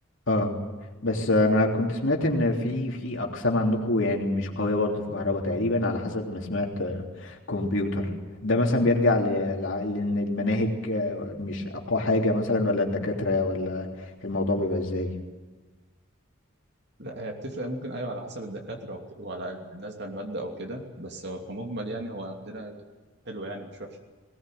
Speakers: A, on the left; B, on the right.
A: اه بس انا كنت سمعت ان في في اقسام عندكم يعني مش قويه برضه في كهرباء تقريبا على حسب ما سمعت آه، كمبيوتر ده مثلا بيرجع ل- لع- لان المناهج آه، مش اقوى حاجه مثلا ولا الدكاتره ولا الموضوع بيبقى ازاي
B: لا هي بتفرق ممكن ايوه على حسب الدكاتره وك- وعلى نازله الماده او كده بس هو كمجمل يعني هو عندنا حلو يعني مش وحش